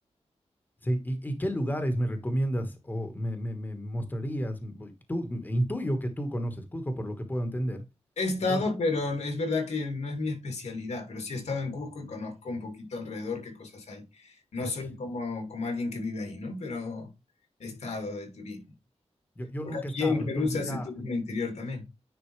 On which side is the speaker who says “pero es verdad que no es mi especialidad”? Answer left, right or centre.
Left